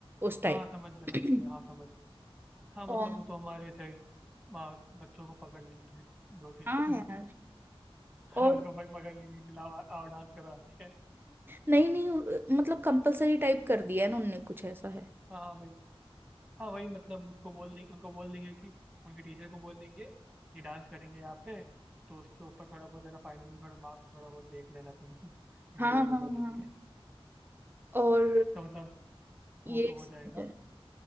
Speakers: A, on the right; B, in the centre.
A: उस टाइप
B: हाँ समझ गया समझ
A: <clears throat>
B: गया हाँ समझ गया हाँ मतलब
A: और
B: वो तो हमारे से आ, बच्चों को पकड़ लेंगे दो तीन
A: हाँ
B: <laughs>
A: यार
B: हाँ
A: और
B: उनको पक- पकड़ लेंगे कि लाओ आओ डांस करो आके
A: नहीं नहीं उ- मतलब कंपलसरी टाइप कर दिया है ना उनने कुछ ऐसा है
B: हाँ हाँ, भाई हाँ वही मतलब उसको बोल दें उनको बोल देंगे कि उनके टीचर को बोल देंगे ये डांस करेंगे यहाँ पे तो उसके ऊपर थोड़ा बहुत है ना फाइनल में थोड़ा मार्क्स थोड़ा बहुत देख लेना तुम <laughs> ग्रेड
A: हाँ हाँ
B: वगैरह
A: हाँ
B: इनके
A: और
B: तो मतलब
A: ये
B: वो तो हो
A: सब
B: जाएगा
A: है